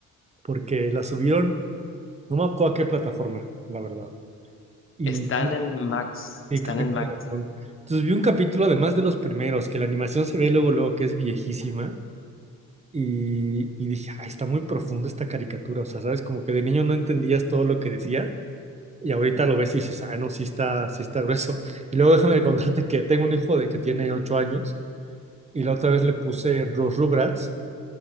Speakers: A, on the right; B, on the left.
A: porque la subieron, no me acuerdo a qué plataforma, la verdad. Y,
B: Están en Max,
A: y
B: están
A: creo que
B: en
A: tiene
B: Max.
A: razón. Entonces vi un capítulo, además de los primeros, que la animación se ve luego, luego que es viejísima. Y, y dije, ay, está muy profunda esta caricatura. O sea, sabes, como que de niño no entendías todo lo que decía. Y ahorita lo ves y dices, ah, no, sí está, sí está grueso. Y luego déjame contarte que tengo un hijo de que tiene ocho años. Y la otra vez le puse los Rugrats.